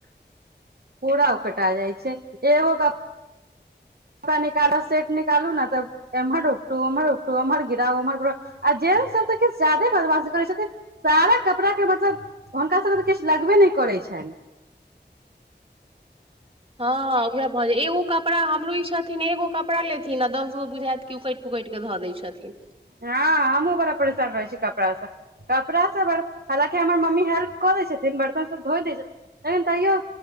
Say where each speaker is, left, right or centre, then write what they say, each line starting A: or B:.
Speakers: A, on the right; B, on the right.
A: पूरा ओकटा जाई छै एगो क पा निकाल सेट निकालू ने तऽ एम्हर उक्टू ओम्हर उक्टू उमहर गिराउ उमहर गिरा आ जेन सब कछु ज जादे बदमाासी करै छथिन सारा कपड़ाके मतलब हुनका सभके तऽ किछ लगबे नहि करैत छनि
B: हँ उएह भऽ जाय एगो कपड़ा हमरो ई छथिन एगो कपड़ा लेथिन दस गो बुझायत कि उकैट पुकैट कऽ धऽ दै छथिन
A: हँ हमहूँ बड़ा परेशान रहै छी कपड़ा सऽ कपड़ासभ हालाँकि हमर मम्मी हेल्प कऽ दै छथिन बर्तन सभ धो दै छथिन लेकिन तैयो